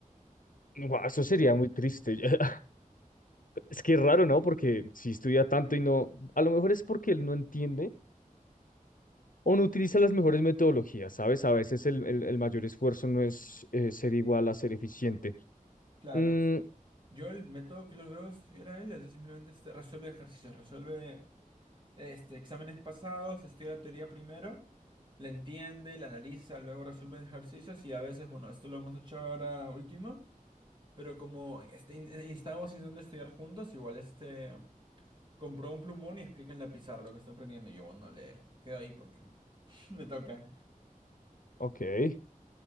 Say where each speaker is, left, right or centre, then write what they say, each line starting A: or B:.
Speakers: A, on the left; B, on the right.
A: Guau,
B: Entonces,
A: eso sería muy triste. <laughs> Es que es raro, ¿no? Porque si estudia tanto y no, a lo mejor es porque él no entiende O no utiliza las mejores metodologías, ¿sabes? A veces el, el- el mayor esfuerzo no es eh, ser igual a ser eficiente.
B: Claro,
A: Mm,
B: Yo el método que los veo si era él, eso simplemente este, resuelve ejercicios, resuelve este, exámenes pasados, estudia la teoría primero, la entiende, la analiza, luego resuelve ejercicios y a veces, bueno, esto lo hemos hecho ahora último, pero como este, in- eh, estábamos intentando estudiar juntos, igual este compró un plumón y explica en la pizarra lo que está aprendiendo y yo, bueno, le quedo ahí porque <laughs> me toca
A: ok.